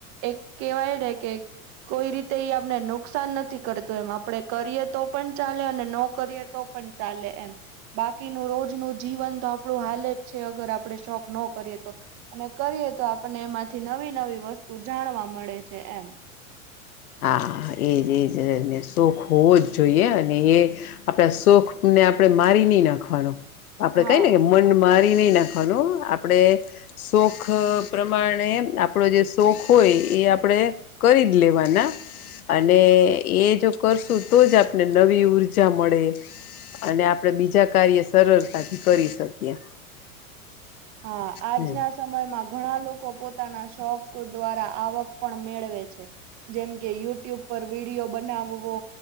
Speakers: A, on the right; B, on the left.
A: એક કેવાય રે કે કોઈ રીતે એ આપણે નુકસાન નથી કરતું એમ આપડે કરીએ તો પણ ચાલે અને નો ય તો પણ ચાલે એમ બાકીનું રોજ ન જીવન તો આપણું હાલ જ છે અગર આપડ ન કરીએ તો અને કરીએ તો આપને એમાંથી નવી નવી વસ્તુ જાણવા મળે છે એમ
B: હા એજ એજ સુખ હોવો જ જોઈએ અને એ આપણા સુખ આપણે મારી નહી નાખવાનું આપડે
A: હા
B: કઈને મન મારી નહી નાખવાનું આપણે શોખ પ્રમાણે આપડો જે શોખ હોય એ આપણેે કરી જ લેવાના અને એ જો કરશુ તો જ આપને નવી ઉર્જા મળે અને આપણેે બીજા કાર્ય સરળતાથી કરી શકીએ
A: હા આજના
B: હમ
A: સમયમાં ઘણા લોકો પોતાના શોખ દ્વારા આવક પણ મેળવે છે જેમકે યુટ્યુબ ઉપ વિડીિયો બનાવવો